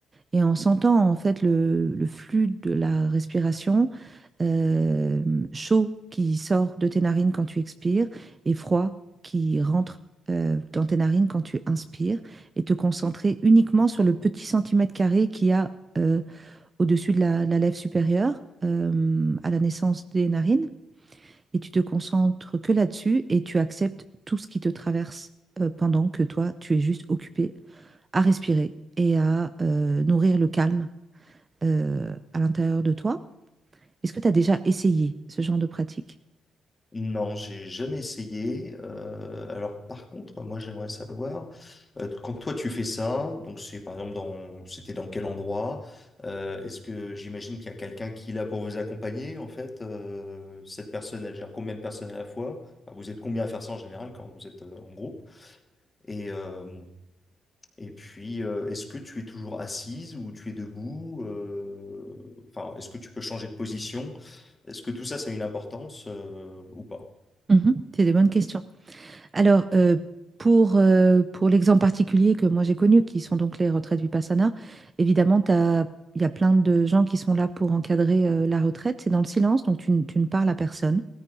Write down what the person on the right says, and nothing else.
Et en sentant en fait le, le flux de la respiration, euh, chaud qui sort de tes narines quand tu expires et froid qui rentre euh, dans tes narines quand tu inspires, et te concentrer uniquement sur le petit centimètre carré qu'il y a euh, au-dessus de la, la lèvre supérieure euh, à la naissance des narines, et tu te concentres que là-dessus et tu acceptes tout ce qui te traverse euh, pendant que toi, tu es juste occupé à respirer et à euh, nourrir le calme euh, à l'intérieur de toi. Est-ce que tu as déjà essayé ce genre de pratique?
Mhm. C'est des bonnes questions. Alors, euh, pour, euh, pour l'exemple particulier que moi j'ai connu, qui sont donc les retraites Vipassana, évidemment, t'as- il y a plein de gens qui sont là pour encadrer euh, la retraite. C'est dans le silence, donc tu, ne tu ne parles à personne,